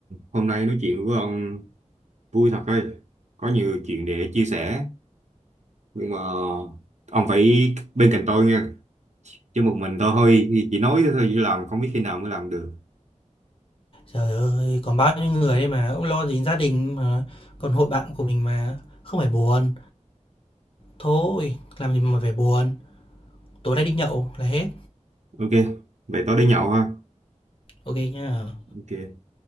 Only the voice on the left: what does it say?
Trời ơi, còn bao nhiêu người đây mà, ông lo gì gia đình mà, còn hội bạn của mình mà, không phải buồn. Thôi, làm gì mà phải buồn, tối nay đi nhậu là hết.
ok nhá.